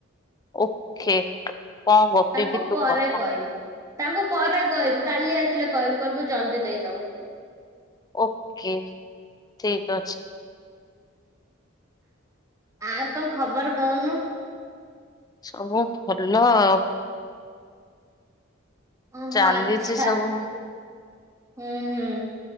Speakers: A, on the left; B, on the right.
A: ଓକେ କଣ ଗପି
B: ତାଙ୍କୁ
A: ବି
B: ପରେ
A: ତୁ କହ?
B: କହିବୁ। ତାଙ୍କୁ ପରେ କହିବୁ କାଲି ଆସିଲେ କହିବୁ କହିବୁ ଜଲ୍ଦି ଦେଇଦବ।
A: ଓକେ ଠିକ୍ ଅଛି।
B: ଆଉ କଣ ଖବର କହୁନୁ?
A: ସବୁ ଭଲ ଆଉ।
B: ଓହୋ
A: ଚାଲିଛି
B: ଆଚ୍ଛା
A: ସବୁ।
B: ହୁଁ ହୁଁ।